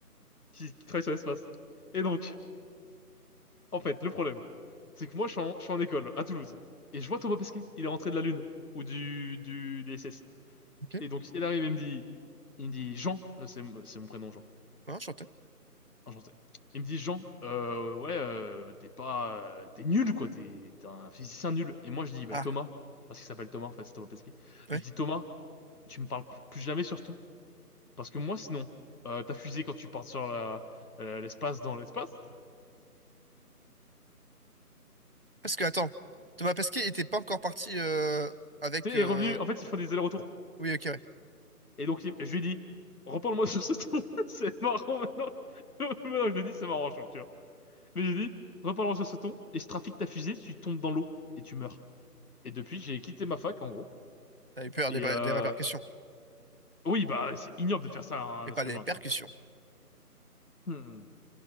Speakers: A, on the left; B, on the right.
A: qui, qui travaillent sur l'espace. Et donc. En fait, le problème, c'est que moi, je suis en, je suis en école à Toulouse et je vois Thomas Pesquet. Il est rentré de la Lune ou du du des SS.
B: ok.
A: Et donc, il arrive et il me dit, il me dit Jean, euh, c'est c'est mon prénom Jean,
B: Ah, enchanté.
A: enchanté. Il me dit Jean, euh, ouais, euh, t'es pas, euh, t'es nul quoi, t'es t'es un physicien nul. Et moi, je dis bah
B: Ah,
A: Thomas, parce qu'il s'appelle Thomas, enfin c'est Thomas Pesquet.
B: ouais.
A: Je dis Thomas, tu me parles plus plus jamais sur ce ton, parce que moi, sinon, euh, ta fusée quand tu pars sur la euh, l'espace dans l'espace,
B: Parce que, attends, Thomas Pesquet était pas encore parti euh, avec...
A: tu sais,
B: euh,
A: est revenu. En fait, il faut des allers-retours.
B: Oui, ok, ouais.
A: Et donc, il- je lui ai dit, reparle-moi sur ce ton, <laughs> c'est marrant maintenant. <laughs> Maintenant, je le dis, c'est marrant, je trouve, tu vois. Mais j'ai dit, reparle-moi sur ce ton, et je trafique ta fusée, tu tombes dans l'eau, et tu meurs. Et depuis, j'ai quitté ma fac, en gros.
B: T'as eu peur
A: Et
B: des, des
A: euh,
B: répercussions.
A: oui, bah, c'est ignoble de faire ça à un
B: Et pas
A: être
B: des
A: humain,
B: percussions.
A: tu vois. <clears throat>